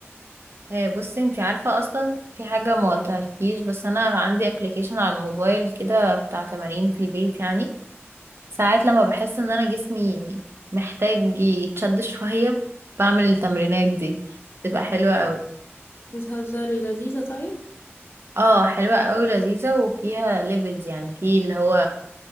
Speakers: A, on the right; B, on the left.
A: آه، بصي انت عارفه اصلا في حاجه ما قلتهالكيش بس انا عندي ابلكيشن على الموبايل كده بتاع تمارين في البيت يعني ساعات لما بحس ان انا جسمي محتاج يتشد شويه بعمل التمرينات دي تبقى حلوه قوي
B: بتهزري لذيذة طيب
A: اه حلوه قوي لذيذه وفيها ليفلز يعني في اللي هو